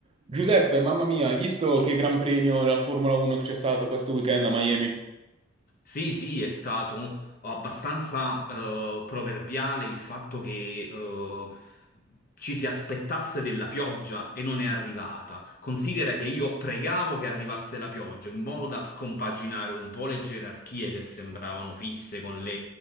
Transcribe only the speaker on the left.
Sì, sì, è stato abbastanza eh, proverbiale il fatto che eh, ci si aspettasse della pioggia e non è arrivata. Considera che io pregavo che arrivasse la pioggia in modo da scompaginare un po' le gerarchie che sembravano fisse con le